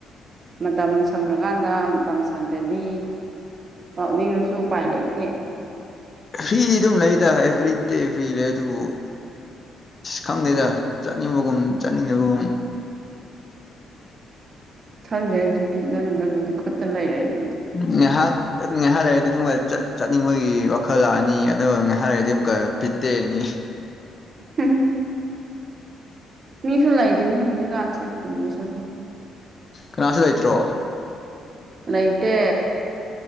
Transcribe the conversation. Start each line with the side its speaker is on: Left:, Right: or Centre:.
Right: ꯃꯇꯝ ꯁꯪꯅꯀꯥꯟꯗ ꯃꯇꯝ ꯁꯪꯗ꯭ꯔꯗꯤ ꯄꯥꯛꯅꯤꯡꯅꯁꯨ ꯄꯥꯏ ꯂꯩꯇꯦ
Left: ꯐ꯭ꯔꯤꯗꯤ ꯑꯗꯨꯝ ꯂꯩꯗ ꯑꯦꯚ꯭ꯔꯤꯗꯦꯚ꯭ꯔꯤ ꯂꯩ ꯑꯗꯨꯕꯨ ꯑ ꯈꯪꯗꯦꯗ ꯆꯠꯅꯤꯡꯕꯒꯨꯝ ꯆꯠꯅꯤꯡꯗꯕꯒꯨꯝ
Right: ꯈꯪꯗꯦ ꯑꯗꯨꯗꯤ ꯅꯪ ꯅꯪꯗ ꯈꯨꯠꯇ ꯂꯩꯔꯦꯅꯦ
Left: ꯅꯅꯤꯍꯥꯛꯅꯤꯍꯥ ꯍꯥꯏꯗꯔ ꯆꯠꯅꯤꯡꯕꯒꯤ ꯋꯥꯈꯜ ꯂꯥꯛꯑꯅꯤ ꯑꯗꯨꯒ ꯉꯥꯏꯍ ꯍꯥꯏꯔꯒꯗꯤ ꯑꯃꯨꯛꯀ ꯄꯤꯠꯇꯦꯅꯤ
Right: ꯎꯝ ꯃꯤꯁꯨꯣꯂꯥꯏꯗꯅꯦ ꯍꯧꯖꯤꯛ ꯀꯥꯟ ꯆꯦ ꯈꯣꯟꯗꯁꯨꯀꯣ
Left: ꯀꯅꯥꯁꯨ ꯂꯩꯇ꯭ꯔꯣ
Right: ꯅꯥꯏꯇ